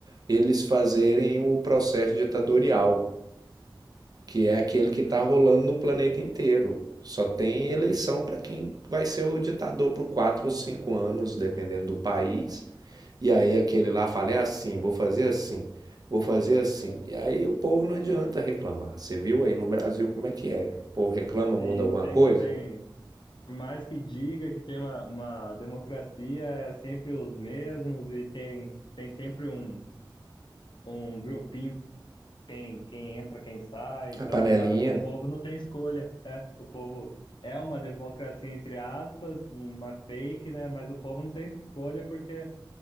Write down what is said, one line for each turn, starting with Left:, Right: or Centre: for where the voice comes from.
Right: eles fazerem o processo ditatorial, que é aquele que
Left: Sim.
Right: está rolando no planeta inteiro. Só tem eleição para quem vai ser o ditador por quatro ou cinco anos, dependendo do país. E aí aquele lá fala, é assim, vou fazer assim, vou fazer assim.
Left: Né,
Right: E aí o povo não adianta reclamar. Você viu aí no Brasil como é que é? O povo reclama, muda
Left: Sim,
Right: alguma
Left: não tem,
Right: coisa?
Left: não tem. Por mais que diga que tem uma, uma democracia, é sempre os mesmos e tem, tem sempre um um grupinho quem, quem entra, quem sai, então
Right: A panelinha
Left: acaba que o povo não tem escolha. É, o povo é uma democracia, entre aspas, uma fake, né? Mas o povo não tem escolha porque